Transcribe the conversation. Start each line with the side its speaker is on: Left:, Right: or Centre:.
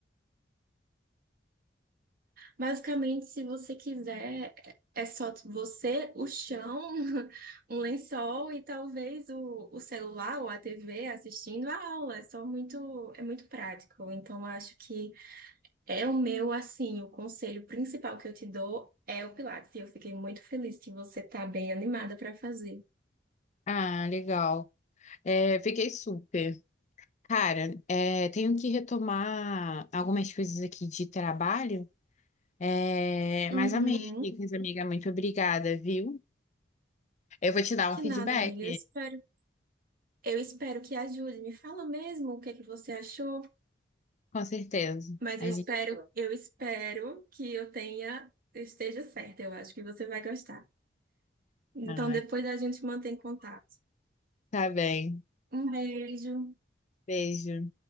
Right: Basicamente, se você quiser, é só você, o chão, <laughs> um lençol e talvez o, o celular ou a TV assistindo a aula. É só muito, é muito prático. Então, eu acho que é o meu, assim, o conselho principal que eu te dou é o Pilates. E eu fiquei muito feliz que você tá bem animada para fazer.
Left: Ah, legal. É, fiquei super. Cara, é, tenho que retomar algumas coisas aqui de trabalho, é,
Right: Uhum.
Left: mas amei, Nicas, amiga, muito obrigada, viu? Eu vou te dar
Right: Que
Left: um feedback,
Right: nada, amiga. Eu espero, eu espero que ajude. Me fala mesmo o que é que você achou.
Left: com certeza.
Right: Mas
Left: A
Right: eu espero,
Left: gente...
Right: eu espero que eu tenha, eu esteja certa. Eu acho que você vai gostar. Então
Left: Ai,
Right: depois a gente mantém contato.
Left: tá bem.
Right: Um beijo.
Left: Beijo.